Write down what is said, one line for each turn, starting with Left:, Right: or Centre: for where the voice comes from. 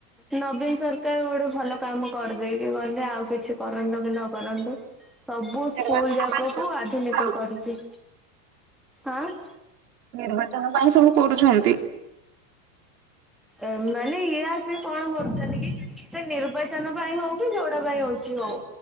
Centre: ନବୀନ ସରକାର ଗୋଟେ ଭଲ କାମ କରିଦେଇକି ଗଲେ, ଆଉ କିଛି କରନ୍ତୁ କି ନ କରନ୍ତୁ। ସବୁ
Right: ନିର୍ବାଚନ
Centre: ସ୍କୁଲ ଯାକକୁ
Right: ପାଇଁ କରୁଛନ୍ତି
Centre: ଆଧୁନିକ
Right: ଆଉ
Centre: କରିବେ। ଆଁ?
Right: ନିର୍ବାଚନ ପାଇଁ ସବୁ କୋରୁଛନ୍ତି।
Centre: ଏମାନେ ଇଏ ଆସ ସେ କଣ କରୁଛନ୍ତି କି? ସେ ନିର୍ବାଚନ ପାଇଁ ହଉ କି ଯଉଡା ପାଇଁ ହଉଛି ହଉ।